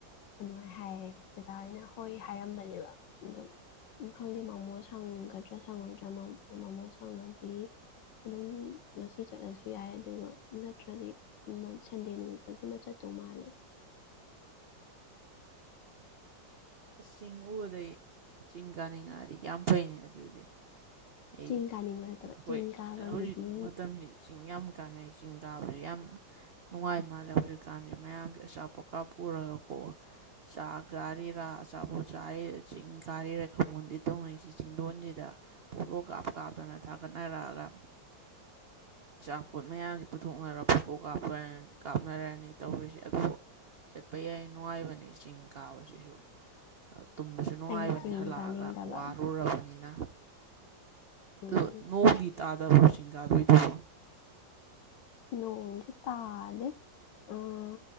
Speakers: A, on the left (about 75°); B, on the right (about 80°).
A: ꯑꯗꯨꯃꯥꯏꯅ ꯍꯥꯏꯔꯦ ꯑꯣꯖꯥ ꯍꯣꯏꯅ ꯍꯣꯏ ꯍꯥꯏꯔꯝꯕꯅꯦꯕ ꯑꯗꯨꯝ ꯈꯪꯗꯦ ꯃꯣꯃꯣ ꯁꯪꯒꯗ꯭ꯔꯥ ꯁꯪꯉꯣꯏꯗ꯭ꯔꯥ ꯃꯣꯃꯣ ꯁꯪꯉꯗꯤ ꯑꯗꯨ ꯉꯁꯤ ꯆꯠꯂꯁꯨ ꯌꯥꯏ ꯑꯗꯨꯒ ꯅꯠꯇ꯭ꯔꯗꯤ ꯁꯟꯗꯦ ꯅꯨꯃꯤꯠꯇꯒꯨꯝꯕ ꯆꯠꯇꯧ ꯃꯥꯜꯂꯦ
B: ꯑꯁ ꯆꯤꯡ ꯎꯕꯗꯩ ꯆꯤꯡ ꯀꯥꯅꯤꯡꯉꯛꯑꯗꯤ ꯌꯥꯝ ꯐꯩꯅꯦ ꯑꯗꯨꯗꯤ ꯑꯩꯗꯤ
A: ꯆꯤꯡ ꯀꯥꯅꯤꯡꯕ ꯅꯠꯇꯕ ꯆꯤꯡ
B: ꯍꯣꯏ
A: ꯀꯥꯕꯒꯤꯗꯤ
B: ꯃꯇꯝꯁꯤ ꯆꯤꯡ ꯌꯥꯝ ꯍꯧꯖꯤꯛ ꯀꯥꯟꯅꯩ ꯆꯤꯡ ꯀꯥꯕꯁꯤ ꯌꯥꯝ ꯅꯨꯡꯉꯥꯏ ꯃꯥꯜꯂꯦ ꯍꯧꯖꯤꯛꯀꯥꯟꯁꯦ ꯃꯌꯥꯝꯁꯦ ꯑꯆꯥꯄꯣꯠꯀꯥ ꯄꯨꯔꯒꯣ ꯑꯣ ꯁꯥꯀꯖꯥꯔ ꯔꯥ ꯑꯆꯥꯄꯣꯠ ꯆꯥ ꯆꯤꯡ ꯀꯥꯏꯔꯤꯔ ꯈꯃꯣꯟꯗꯤ ꯇꯧꯅꯩꯁꯤ ꯆꯤꯡꯗꯣꯟꯁꯤꯗ ꯄꯣꯂꯣ ꯀꯥꯞꯄ ꯀꯥꯞꯇꯅ ꯊꯥꯒꯠꯅꯔꯛꯑꯒ ꯑꯆꯥꯄꯣꯠ ꯃꯌꯥꯝꯁꯤ ꯄꯨꯊꯣꯛꯅꯔ ꯐꯣꯇꯣꯥꯞꯄꯅꯤ ꯀꯥꯞꯅꯔꯅꯤ ꯇꯧꯔꯤꯁꯦ ꯑꯗꯨꯕꯨ ꯆꯠꯄ ꯌꯥꯏ ꯅꯨꯡꯉꯥꯏꯕꯅꯦ ꯆꯤꯡ ꯀꯥꯕꯁꯤꯁꯨ ꯇꯨꯝꯕꯁꯨ ꯅꯨꯡꯉꯥꯏꯕꯅꯤ
A: ꯑꯩꯅ ꯆꯤꯡꯗꯤ
B: ꯍꯜꯂꯛꯑꯒ
A: ꯀꯥꯅꯤꯡꯗꯕ
B: ꯋꯥꯔꯨꯔꯕꯅꯤꯅ
A: ꯎꯝ
B: ꯑ ꯅꯣꯡꯃꯗꯤ ꯇꯥꯗꯕ ꯆꯤꯡ ꯀꯥꯗꯣꯏꯗꯨꯕꯣ
A: ꯂꯣꯡꯑꯣꯁꯨ ꯇꯥꯜ ꯎꯝ